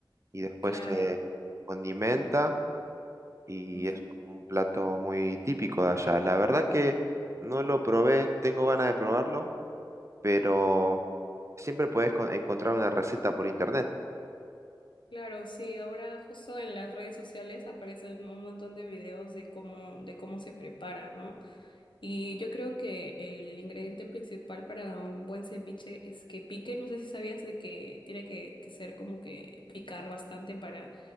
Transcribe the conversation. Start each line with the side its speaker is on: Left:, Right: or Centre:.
Right: y después
Left: claro.
Right: se condimenta y
Left: Ujú.
Right: es un plato muy típico de allá. La verdad que no lo probé, tengo ganas de probarlo. pero siempre puedes con- encontrar una receta por internet.
Left: Claro, sí, ahora justo en las redes sociales aparecen un montón de videos de cómo, de cómo se prepara, ¿no? Y yo creo que el ingrediente principal para un buen ceviche es que pique. No sé si sabías de que tiene que, que ser como que picar bastante para,